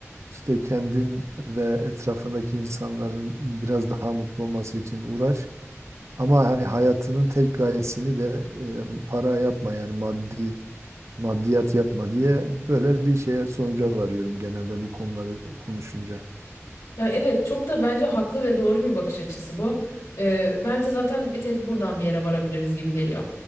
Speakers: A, on the right; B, on the left.
A: İşte kendin ve etrafındaki insanların biraz daha mutlu olması için uğraş. Ama hani hayatının tek gayesini de e, para yapma yani maddi maddiyat yapma diye böyle bir şeye sonuca varıyorum genelde bu konuları konuşunca.
B: Ya evet çok da bence haklı ve doğru bir bakış açısı bu. Ee, bence zaten bir tek buradan bir yere varabiliriz gibi geliyor.